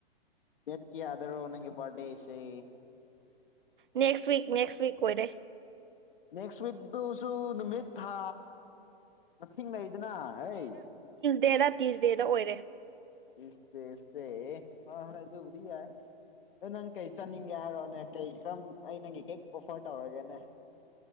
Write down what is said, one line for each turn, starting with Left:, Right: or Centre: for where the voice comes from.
Left: ꯑꯦꯠꯀꯤꯗꯔꯣ ꯑꯣꯒꯤ ꯔꯗꯦꯁꯤꯦ
Right: ꯅꯦꯛꯁ ꯋꯤꯛ ꯅꯦꯛꯁ ꯋꯤꯛ ꯑꯣꯏꯔꯦ
Left: ꯅꯦꯛꯁꯤꯛꯁꯨ ꯅꯨꯃꯤꯠꯇ ꯊꯤꯡꯅ ꯏꯗꯅ ꯍ
Right: ꯗꯦꯗ ꯇ꯭ꯌꯨꯖꯗꯦꯗ ꯑꯣꯏꯔꯦ
Left: ꯏꯁꯇꯦ ꯏꯁꯦ ꯍ ꯍꯁꯨꯗꯤ ꯌꯥ ꯑꯗ ꯅꯪ ꯀꯩ ꯆꯠꯅꯤꯡꯒꯦ ꯍꯥꯏꯔꯛꯑꯣꯅꯦ ꯀꯩ ꯀꯔꯝ ꯑꯩ ꯅꯪꯒꯤ ꯀꯩ ꯑꯣꯐꯔ ꯇꯧꯔꯒꯦꯅꯦ